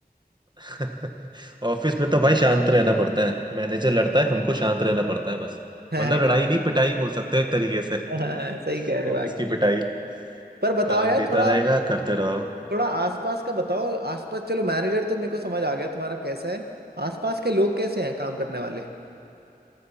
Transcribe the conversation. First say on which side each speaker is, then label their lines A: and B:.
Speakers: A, on the right (about 25°); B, on the right (about 75°).
A: <laughs> ऑफिस में तो भाई शांत रहना पड़ता है मैनेजर लड़ता है हमको शांत रहना पड़ता है बस
B: हैं
A: मतलब लड़ाई
B: <laughs>
A: नहीं पिटाई बोल सकते हो एक तरीके से <laughs>
B: हाँ सही कह रहे हो
A: ऑफिस
B: एक्चुअली
A: की पिटाई
B: पर बताओ
A: काम
B: यार
A: देता
B: थोड़ा
A: रहेगा करते रहो
B: थोड़ा आसपास का बताओ आसपास चलो मैनेजर तो मेरे को समझ आ गया तुम्हारा कैसा है आसपास के लोग कैसे हैं काम करने वाले